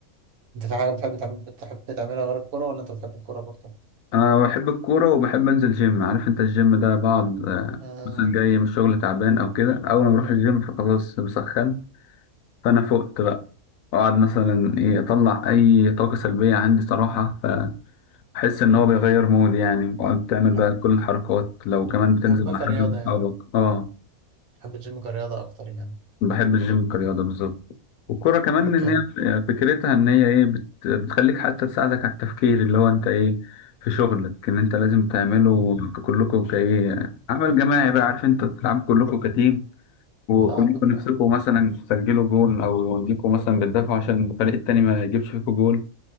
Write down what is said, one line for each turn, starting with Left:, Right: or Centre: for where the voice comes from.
Right: أنت في حاجة بتحب تعم- بتحب تعملها غير الكورة ولا أنت بتحب الكورة برضه؟
Left: انا بحب الكوره وبحب انزل جيم عارف انت الجيم ده بقعد آه،
Right: آه
Left: مثلا جاي من الشغل تعبان او كده اول ما بروح الجيم فخلاص بسخن فانا فقت بقى اقعد مثلا ايه اطلع اي طاقه سلبيه عندي صراحه فاحس ان هو بيغير مود يعني وقعدت تعمل
Right: بحب
Left: بقى كل الحركات لو كمان بتنزل
Right: بحبها
Left: مع
Right: كرياضة
Left: حد من اصحابك
Right: يعني
Left: اه
Right: بحب الجيم كرياضة أكتر يعني
Left: بحب الجيم كرياضه بالظبط والكرة كمان
Right: أوكي
Left: إن هي فكرتها إن هي إيه بت- بتخليك حتى تساعدك على التفكير اللي هو أنت إيه في شغلك إن أنت لازم تعمله
Right: مم.
Left: كلكم كإيه عمل جماعي بقى عارف أنت تلعب كلكم كتيم وكلكم
Right: فاهمك فاهمك
Left: نفسكم مثلا تسجلوا جول او انكم مثلا بتدافعوا عشان الفريق التاني ما يجيبش فيكم جول